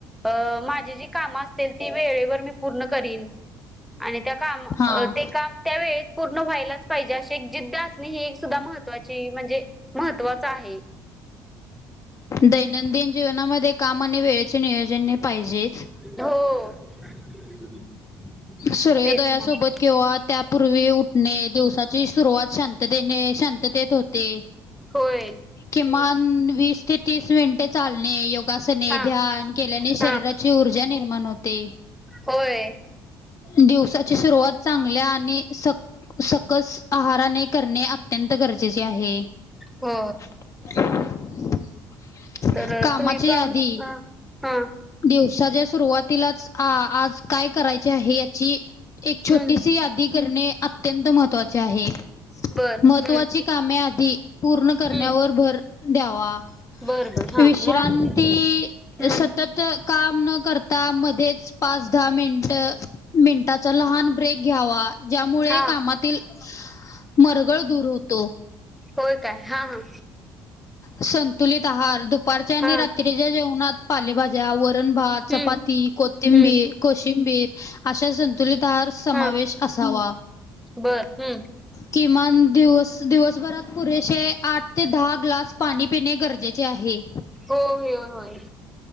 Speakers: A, in the centre; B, on the left (about 35°).
A: अ माझी जी काम असतेल ती वेळेवर मी पूर्ण करीन. आणि त्यात कामं
B: हां
A: अ ते काम त्या वेळेत पूर्ण व्हायलाच पाहिजे. अशी एक जिद्द असणे ही एक सुद्धा महत्त्वाची म्हणजे महत्त्वाच आहे.
B: दैनंदिन जीवनामध्ये काम आणि वेळेचे नियोजन हे पाहिजेच.
A: हो. <inaudible>
B: सूर्योदयासोबत
A: तेच मग
B: किंवा त्यापूर्वी उठणे दिवसाची सुरुवात शांत ततेने शांततेत होते.
A: होय.
B: किमान वीस ते तीस मिनिटे चालणे. योगासने,
A: हा
B: ध्यान केल्याने
A: हा
B: शरीराची ऊर्जा निर्माण होते.
A: होय.
B: दिवसाची सुरुवात चांगल्या आणि सक सकस आहाराने करणे अत्यंत गरजेचे आहे.
A: हो.
B: <inaudible>
A: तर
B: कामाची
A: तुम्ही पण
B: यादी
A: अ हा
B: दिवसाच्या सुरुवातीलाच हा आज काय करायचे आहे याची एक छोटीशी
A: हम्म
B: यादी करणे अत्यंत महत्वाचे आहे.
A: बर
B: महत्त्वाची
A: हम्म
B: कामे आधी पूर्ण करण्यावर
A: हम्म
B: भर द्यावा.
A: बर बर हा
B: विश्रांती
A: मग हम्म
B: सतत काम न करता मध्येच पाच -दहा मिनट मिनटाचा लहान ब्रेक घ्यावा. ज्यामुळे
A: हा
B: कामातील मरगळ दूर होतो.
A: होय काय? हा हा.
B: संतुलित आहार दुपारच्या आणि
A: हा
B: रा रात्रीेच्या जेवणात पालेभाज्या, वरण -भात, चपाती,
A: हम्म
B: कोथिंबी
A: हम्म
B: कोशिंबीर अशा संतुलित तार समावेश
A: हा
B: असावा.
A: बर हम्म
B: किमान दिवस दिवसभरात पुरेशे आठ ते दहा ग्लास पाणी पिणे गरजेचे आहे.
A: हो हुयो होय.